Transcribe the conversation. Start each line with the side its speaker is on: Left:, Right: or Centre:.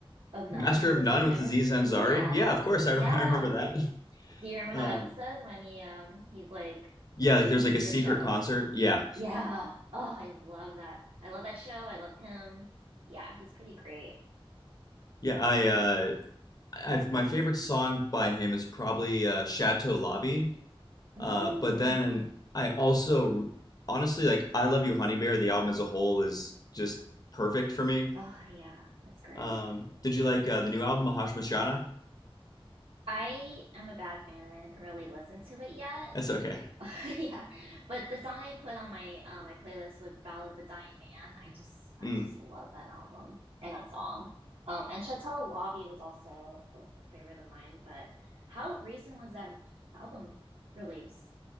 Right: of None.
Left: Master
Right: He
Left: of
Right: was
Left: None
Right: in
Left: with
Right: there.
Left: Aziz Ansari.
Right: Yes,
Left: Yeah, of course. I, <laughs> re-
Right: yeah.
Left: I remember that.
Right: Do you remember
Left: Um,
Right: that episode when he um he's like
Left: yeah,
Right: doing
Left: like there's
Right: a
Left: like
Right: secret
Left: a secret
Right: show?
Left: concert. Yeah.
Right: Yeah. Oh, I love that. I love that show. I love him. Yeah, he's pretty great.
Left: Yeah. I, uh, I've, my favorite song by him is probably uh, Chateau Lobby. Uh,
Right: Mm.
Left: but then I also, honestly, like I Love You, Honey Bear, the album as a whole is just perfect for me.
Right: Oh, yeah, it's great.
Left: Um, did you like uh, the new album, Mahash Mashana?
Right: I am a bad fan and I didn't really listen to it yet.
Left: That's okay.
Right: <laughs> Yeah, but the song I put on my uh, my playlist was "Ballad of a Dying Man." I just I
Left: Mm.
Right: just love that album and that song. Um, and Chateau Lobby was also a favorite of mine. But how recent was that album release?